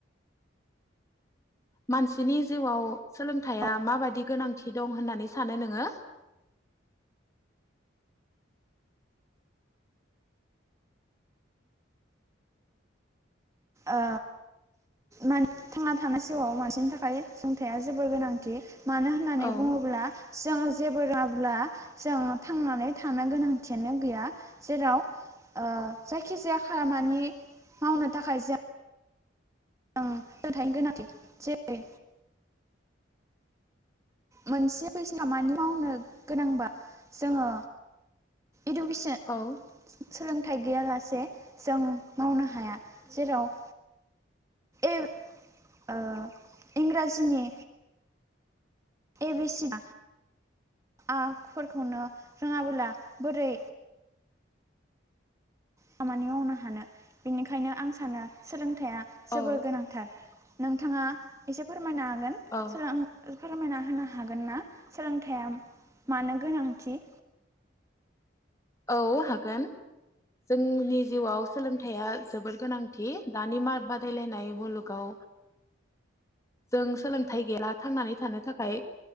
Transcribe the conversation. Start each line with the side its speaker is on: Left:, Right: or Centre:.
Left: मानसिनि जिउआव सोलों थाया
Right: ओ
Left: माबायदि गोनांथि दं होननानै सानो नोङो
Right: ओ माने थांना थानाय जिउआव मानसिनि थाखाय सोलोंथाइया जोबोर गोनांथि। मानो होननानै
Left: औ
Right: बुङोब्ला जोंङो जेबो रोङाब्ला जों थांनानै थानो गोनांथियानो गैया। जेराव ओ जायखिजाया खामानि मावनो थाखाय जों <unintelligible> गोनांथि जेरै मोनसे <unintelligible> खामानि मावनो गोनांबा जोङो इडुकेसन
Left: औ
Right: सोंलों फिथाइ गैयालासे जों मावनो हाया जेराव ए ओ इंराजिनि ए बि सि <unintelligible> आ फोरखौनो रोङाबोला बोरै खामानि मावनो हानो बेनिखायनो आं सानो सोलों थाया जोबोर
Left: औ
Right: गोनांथार नोंथाङा एसेफोर मायनो हागोन
Left: औ
Right: सोलों फोरमायना होनो हा हागोनना सोंलों थाया मानो गोनांथि
Left: औ हागोन जोंनि जिउआव सोलोंथाइया जोबोद गोनांथि दानि बादायलायनाय मुलुगाव जों सोलोंथाइ गैला थांनानै थानो थाखाय